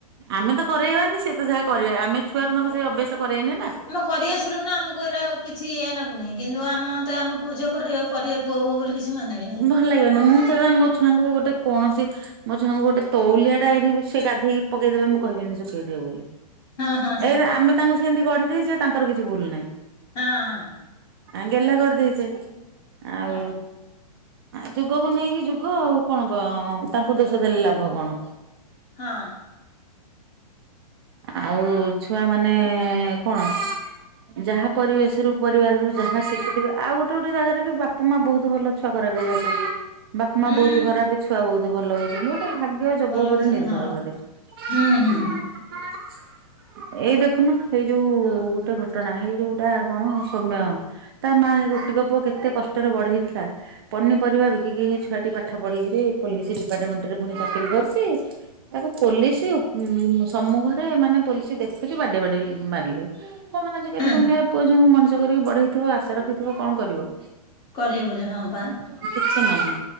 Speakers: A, on the right; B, on the left.
A: ଆମେ ତ କରାଇବାନି ସିଏ ତ ଯାହା କରିବା ଆମେ ଛୁଆରୁ ମାନଙ୍କୁ ସେଇ ଅଭ୍ୟାସ କରେଆନି ନା
B: କରିଆସିଲୁ ନା ଆମକୁ ଏଇରା କିଛି ଇ ଲାଗୁନି କିନ୍ତୁ ଆମ ମୋତେ ଆମ ପୁଅ ଝିଅ କରିବା କରିବେ ପୁଅ ବୋଉ ବୋଲି କିଛି ମାନେବି ନାହିଁ
A: ଭଲ ଲାଗିବନି ମୁଁ ତ ମୋ ଛୁଆଙ୍କୁ ଗୋଟେ କୌଣସି ମୋ ଛୁଆଙ୍କୁ ଗୋଟେ ତଉଳିଆ ଟା ଏଇଠି ସେ ଗାଧେଇକି ପକେଇଦେବେ ମୁଁ କହିବିନି ଶୁଖେଇ ଦିଅ ବୋଲି
B: ହଁ ହଁ ହଁ
A: ଏଇ ଆମେ ତାଙ୍କୁ ସେମିତି ଗଢି ଦେଇଛେ। ତାଙ୍କର କିଛି ଭୁଲ ନାହିଁ।
B: ହଁ ହଁ।
A: ଆଁ ଗେଲ କରିଦେଇଛେ। ଆଉ
B: ହଁ
A: ଯୁଗକୁ ନେଇକି ଯୁଗ ଆଉ କଣ କ ତାଙ୍କୁ ଦୋଷ ଦେଲେ ଲାଭ କଣ?
B: ହଁ।
A: ଆଉ ଛୁଆ ମାନେ କଣ? ଯାହା ପରିବେଶରୁୁ ପରିବାରରୁ ଯାହା ଶିଖୁଥିବ ଆଉ ଗୋଟେ ଗୋଟେ ଜାଗାରେ ବି ବାପା ମା ବହୁତ ଭଲ ଛୁଆ ଖରାପ୍ ବି ବାପା ମା
B: ହୁଁ
A: ବହୁତ ଖରାପ ଛୁଆ ବହୁତ ଭଲ ହଉଛନ୍ତି। ଗୋଟେ ଭାଗ୍ୟ ଯୋଗ
B: ଭଲ
A: ଉପରେ
B: ହଉଛନ୍ତି
A: ନିର୍ଭର
B: ହଁ
A: କରେ।
B: ହୁଁ
A: ହୁଁ।
B: ହୁଁ
A: ଏଇ ଦେଖୁନ ଏଇ ଯୋଉ ଗୋଟେ ଘଟଣା ହେଇ ଯୋଉଟା କଣ ସୌମ୍ୟ ତା ମା ଗୋଟିକ ପୁଅ କେତେ କଷ୍ଟରେ ବଢେଇ ଥିଲା। ପନିପରିବା ବିକିକି ସେ ଛୁଆଟି ପାଠ ପଢ଼ିକିରି ପୋଲିସ ଡିପାର୍ଟମେଣ୍ଟରେ ପୁଣି ଚାକିରି କରିଛି। ତାକୁ ପୋଲିସ ଉଁ ସମ୍ମୁଖରେ ମାନେ ପୋଲିସି ଦେଖୁଛି ବାଡ଼େଇ ବାଡ଼େଇ ମାରିଲେ। କଣ ଆଜିକାଲି
B: ହୁଁ
A: ଦୁନିଆରେ ପୁଅ ଝିଅଙ୍କୁ ମଣିଷ କରିକି ବଢେଇଥିବ ଆଶା ରଖିଥିବ କଣ କରିବ?
B: କରିବେ ବୋଲି ହଁ ପା
A: କିଛି ନାହିଁ